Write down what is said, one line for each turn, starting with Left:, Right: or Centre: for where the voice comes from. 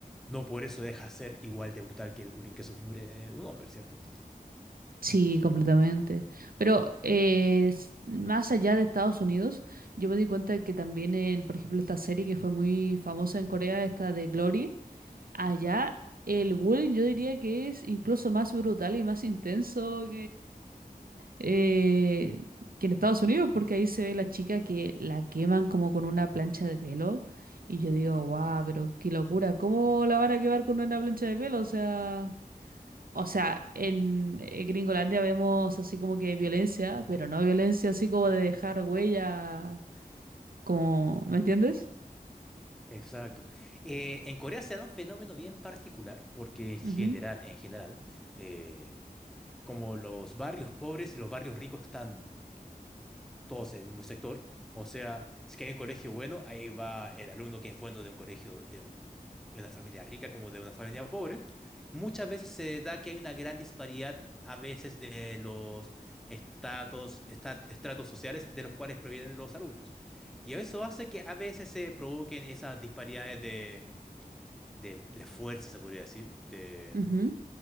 Centre: no por eso deja de ser igual de brutal que el bullying que sufre un hombre, cierto
Right: Sí, completamente. Pero eh, s- más allá de Estados Unidos, yo me di cuenta de que también en, por ejemplo, esta serie que fue muy famosa en Corea, esta de Glory, allá el bullying yo diría que es incluso más brutal y más intenso eh, que en Estados Unidos, porque ahí se ve la chica que la queman como con una plancha de pelo. Y yo digo, guau, pero qué locura, ¿cómo la van a quemar con una plancha de pelo? O sea, o sea, en eh, Gringolandia vemos así como que violencia, pero no violencia así como de dejar huella, como, ¿me entiendes?
Centre: Exacto. Eh, en Corea se da un fenómeno bien particular porque en general,
Right: Ujú,
Centre: en general, eh, como los barrios pobres y los barrios ricos están todos en el mismo sector. O sea, si que hay un colegio bueno, ahí va el alumno que es bueno de un colegio, de un, de una familia rica como de una familia pobre. Muchas veces se da que hay una gran disparidad a veces de los estatus, esta- estratos sociales de los cuales provienen los alumnos. Y eso hace que a veces se provoquen esas disparidades de, de, de fuerza, se podría decir, de
Right: ujú, ujú.